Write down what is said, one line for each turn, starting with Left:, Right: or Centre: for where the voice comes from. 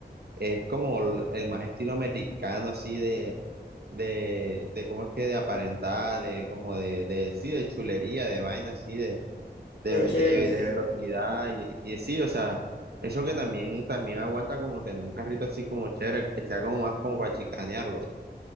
Right: es como el, el más estilo americano, así de, de, de cómo es que de aparentar, de como de, de sí, de chulería, de vaina así, de, de,
Left: de Chevrolet,
Right: de,
Left: sí.
Right: de velocidad, y, y sí, o sea, eso que también, también aguanta como tener un carrito así como chévere, que sea como más como para chicanearlo. ya.